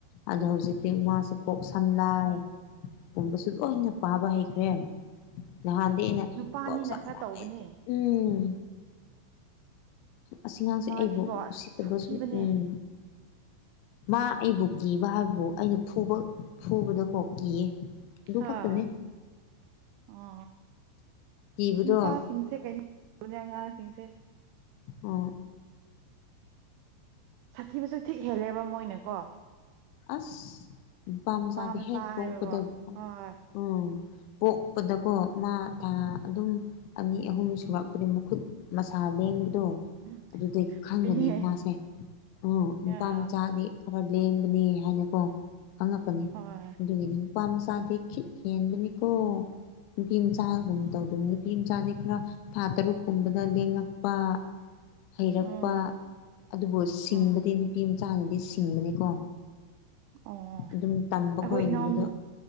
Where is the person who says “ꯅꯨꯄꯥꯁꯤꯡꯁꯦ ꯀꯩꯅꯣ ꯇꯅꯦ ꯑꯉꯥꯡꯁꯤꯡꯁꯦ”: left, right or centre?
Right